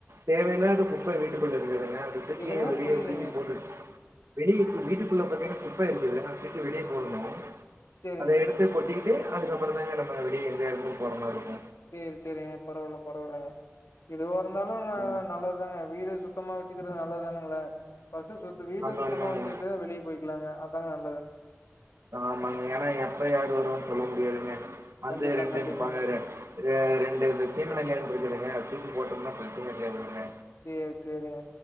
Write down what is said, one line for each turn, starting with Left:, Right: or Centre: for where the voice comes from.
Right: தேவைல்லாத குப்ப வீட்டுக்குள்ள இருக்குதுங்க அது தூக்கி
Left: எதுங்க
Right: வெளிய
Left: புரியலங்க
Right: தூக்கி போட்டுட் வெளிய தூ வீட்டுக்குள்ள பாத்தீங்கன்னா குப்ப இருக்குது அத தூக்கி வெளிய போடணு
Left: சேரிங்க
Right: அத எடுத் து கொட்டிக்கிட்டு அதுக்கப்பறந்தாங்க நம்ம வெளிய இங்க இருந்து போற மாரி இருக்கும்
Left: சேரி சேரிங்க பரவால்ல பரவால்லங்க எதுவா இருந்தாலு
Right: இருக்கும்
Left: அ நல்லதுதாங்க வீடு சுத் த்தமா வச்சுக்கிறது நல்லதானுங்ளே ஃபர்ஸ்டு சுத் வீட்ட
Right: ஆமா
Left: சுத்தமா
Right: ஆமாங்க
Left: வச்சுக்கிட்டு வெளிய போய்க்கிலாங்க அதுதாங்க நல்லது
Right: ஆமாங்க ஏன்னா எப்ப யாரு வருவன்னு சொல்ல முடியாதுங்க வந்து
Left: கண்டிப்பா
Right: ரெண்டுன்
Left: கண்டிப்பாங்க
Right: நிப்பாங்க வேறே ரெண்டு மெஷின் கொஞ்சோ வந்துருக்குங்க தூக்கி போட்டோம்னா பிரச்சன இருக்கதுங்க
Left: சேரி சேரிங்க